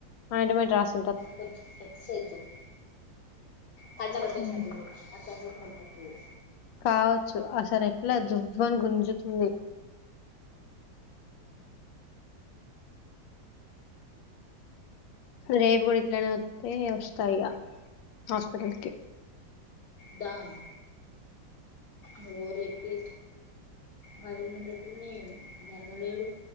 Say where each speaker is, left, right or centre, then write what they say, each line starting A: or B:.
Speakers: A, on the left; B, on the left.
A: అయింట్మెంట్ రాసి
B: కొంచె ఎక్సర్సైజ్ చేయి కండ పెట్టేసినట్టుంది
A: హ్మ్.
B: చదవు <unintelligible> నన్పిస్తది
A: కావోచ్చు అసలు ఎట్లా జువ్వని గుంజుతుంది రేపు గూడా ఇట్లనే వత్తే వస్తయిగ హాస్పిటల్కి
B: డాన్ నువ్వు రేపుకి మరిన్ని ఉన్నట్టున్నయ్ మీయన్నలేేడు